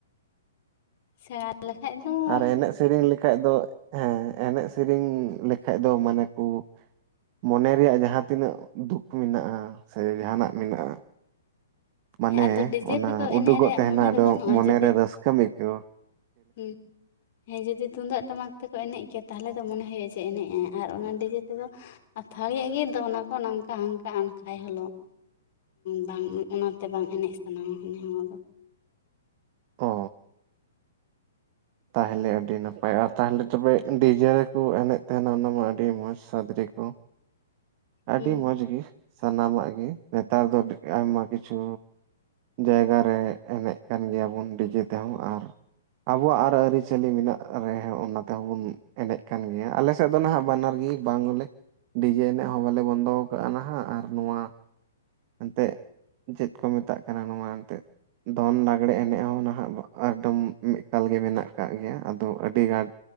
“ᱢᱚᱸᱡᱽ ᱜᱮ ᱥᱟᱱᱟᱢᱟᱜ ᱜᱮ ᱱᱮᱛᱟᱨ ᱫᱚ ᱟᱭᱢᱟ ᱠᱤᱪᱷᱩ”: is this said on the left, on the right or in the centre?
Right